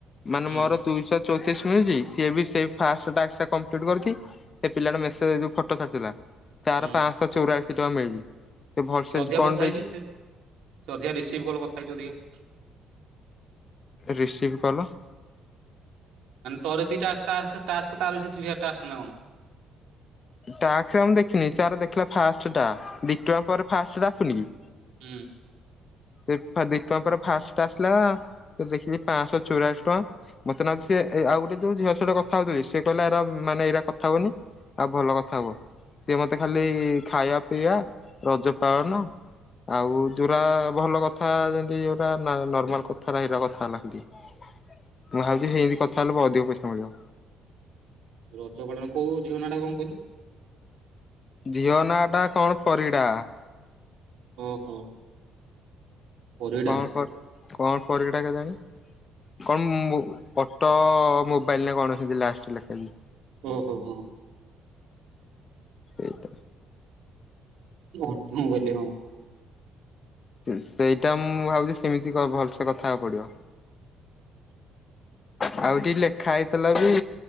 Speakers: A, on the left (about 30°); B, on the right (about 75°).
A: ମାନେ
B: ହୁଁ।
A: ମୋର ଦୁଇଶ ଚଉତିରିସ ମିଳିଛି ସିଏ ବି ସେ ଫାର୍ଷ୍ଟ ଟାସ୍କ ଟା କଂପ୍ଲିଟ୍ କରିଛି ସେ ପିଲାଟା ମେସେଜ ରେ ଯୋଉ ଫୋଟ ଛା ଡ଼ିଥିଲା ତାର
B: ହୁଁ
A: ପାଞ୍ଚ ଶହ ଚଉରାଅସି ଟଙ୍କା ମିଳିଛି। ଭଲସେ
B: ସେ ଅଧିକ
A: କଣ
B: କଥା
A: ଦେଇଛି
B: ହେଇଛି ସେ, ସେ ଅଧିକ ରିସିଭ କଲ କଥା ହେଇଛି ଅଧିକା <inaudible>
A: ରିସିଭ୍ କଲ
B: ତର ଯେତିକି ଟା ଟାସ୍କ ତାର ବି ସେତିକିଟା ଟାସ୍କ ନା କଣ?
A: ତାରେ ଆଉ ମୁଁ ଦେଖିନି ସୋର ଦେଖିଲା ଫାଷ୍ଟ ଟା ଦି ଟଙ୍କା ପରେ ଫାଷ୍ଟ ଟା ଆସୁନି କି?
B: ଉଁ
A: ସେ ଦି ଟଙ୍କା ପରେ ଫାଷ୍ଟ ଆସିଲା ଦେଖିଲି ପାଞ୍ଚଶହ ଚଉରାଲିସି ଟଙ୍କା। ମତେ ଲାଗୁଚି ସେ ଆଉ ଗୋଟେ ଯୋଉ ଝିଅ ସହ କଥା ହେଉଥିଲି, ସେ କହିଲା ଏରା ମାନେ ଏରା କଥା ହୁଅନି ଆଉ ଭଲ କଥା ହୁଅ ସିଏ ମତେ ଖାଲି ଖାଇବା ପିଇବା, ରଜ ପାଳନ ଆଉ ଯୋଉରା ଭଲ କଥା ଯେମତି, ଯୋଉଟା ନର୍ମାଲ କଥା ହେରା କଥା ହେଲା ହେମିତି ମୁଁ ଭାବୁଛି ହେଏଦି କଥା ହେଲେ ଅଧିକ ପଇସା ମିଳିବ
B: ରଜ ପାଳନ କୋଉ ଝିଅ ନା ଟା କଣ କହିଲୁ?
A: ଝିଅ ନାଁ ଟା କଣ ପରିଡ଼ା।
B: ଓହୋ, ପରିଡ଼ା
A: କଣ ପ କଣ ପରିଡା କେଜାଣି? କଣ ପଟୋ ମୋବାଇଲ ନା କଣ ଲାଷ୍ଟ ଲେଖାହେ ଇଛି।
B: ଓହୋ ହଁ।
A: ଏଇ ତ
B: ଘଟ୍ ମୁଁ କହିଲି ହଁ। <unintelligible>
A: ସେଇଟା ମୁଁ ଭାବୁଛି ସେମିତି କହ, ଭଲସେ କଥା ହବାକୁ ପଡିବ।
B: <inaudible>
A: ଆଉ ଏଇଟି ଲେଖା ହେଇଥିଲା ବି